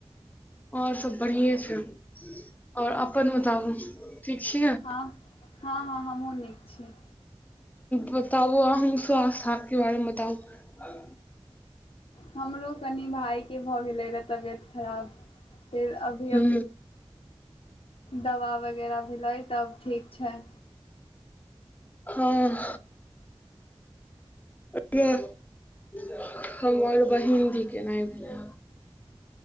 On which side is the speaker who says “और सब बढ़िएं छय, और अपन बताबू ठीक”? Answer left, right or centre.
Left